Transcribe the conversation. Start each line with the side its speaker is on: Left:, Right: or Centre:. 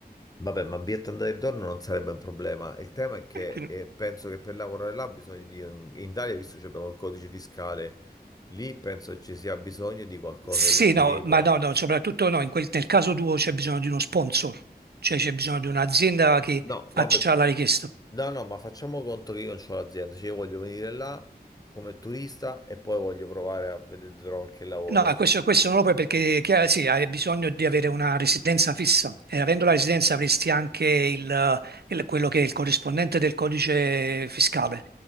Left: vabbè, ma biglietto andata e ritorno non sarebbe un problema. Il tema è che
Right: eh, quindi-
Left: eh, penso che per lavorare là bisogna di... In Italia, visto che abbiamo il codice fiscale, lì penso che ci sia bisogno di qualcosa
Right: Sì,
Left: di questo
Right: no,
Left: tipo.
Right: ma no, no, soprattutto no, in quel- nel caso tuo c'è bisogno di uno sponsor, cioè c'è bisogno di un'azienda che
Left: No,
Right: faccia
Left: vabbè,
Right: la richiesta.
Left: no, no, ma facciamo conto che io non ho l'azienda, cioè io voglio venire là come turista e poi voglio provare a vedere se trovo qualche lavoro.
Right: No, questo, questo non lo puoi perché chiaro, sì, hai bisogno di avere una residenza fissa e avendo la residenza avresti anche il, il- quello che è il corrispondente del codice fiscale,